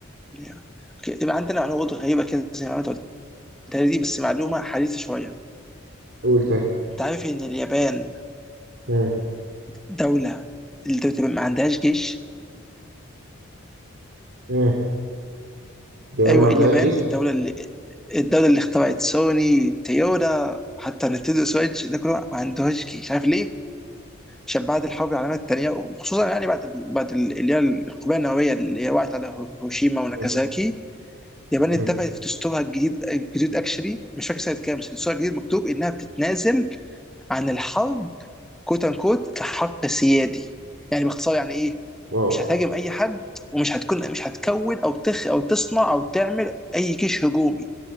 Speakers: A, in the centre; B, on the right.
A: yeah. اوكي يبقى عندنا معلومه برضه غريبه كده زي ما انت قلتها لي دي بس معلومه حديثه شويه
B: قول تاني
A: انت عارف ان اليابان
B: مم.
A: دولة الدولة تبقى ما عندهاش جيش
B: مم. دي
A: أيوة
B: ما عندهاش
A: اليابان
B: جيش
A: الدولة اللي الدولة اللي اخترعت سوني تويوتا حتى نتندو سويتش ده كله ما عندهاش جيش عارف ليه؟ عشان بعد الحرب العالمية التانية وخصوصا يعني بعد ال- بعد ال- اللي هي القنبلة النووية اللي هي وقعت على هيروشيما وناكازاكي
B: مم.
A: اليابان
B: مم.
A: اتفقت في دستورها الجديد الجديد اكشلي مش فاكر سنة كام بس دستورها الجديد مكتوب انها بتتنازل عن الحرب كوت ان كوت كحق سيادي يعني باختصار يعني ايه
B: واو
A: مش هتهاجم اي حد ومش هتكون مش هتكون او تخ او تصنع او تعمل اي جيش هجومي